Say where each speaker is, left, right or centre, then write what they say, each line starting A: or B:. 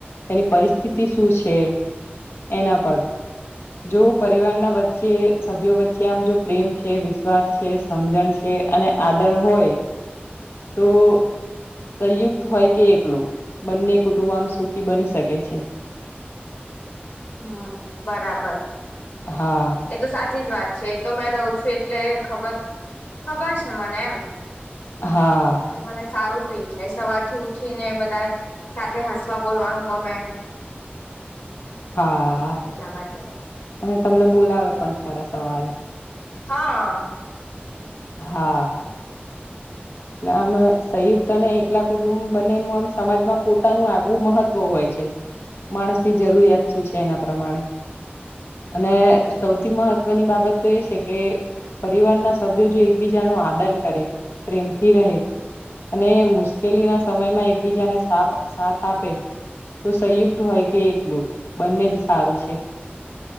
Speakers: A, on the left; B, on the left.
A: તેની પરિસ્થિતિ શું છે. એના પર જો પરિવારના વચ્ચે સભ્યો વચ્ચે આમ જો પ્રેમ છે, વિશ્વાસ છે, સમજણ છે. અને આદર હોય, તો સંયુક્ત હોય, કે એકલું બંને કુટુંબ આમ સુખી બની શકે છે.
B: હમ, બરાબર
A: હા,
B: એ તો સાચી જ વાત છે, એ તો મેં રહું છુ એટલે ખબર ખબર છે, મને એમ
A: હા
B: કે મને સારું ફીલ થાય, સવારથી ઉઠી ને બધા સાથે હસવા બોલવાનું ગમે
A: હા,
B: એટલા માટે
A: અને તમને બોલાવે પણ ખરા સવારે
B: હા
A: હા એટલે આમ સયુક્ત અને એકલા કુટુંબ બંનેનું આમ સમાજમાં પોતાનું આગવું મહત્વ હોય, છે. માણસની જરૂરિયાત શું છે, એના પ્રમાણે અને
B: એ
A: સૌથી મહત્વ ની બાબત તો એ છે, કે પરિવારના સભ્યો જો એકબીજા ન આદર કરે પ્રેમ થી, રહે અને મુશ્કેલી ના સમયમાં એકબીજાને સા સાથ આપે તો સંયુક્ત હોય, કે એકલું બંને જ સારુ છે.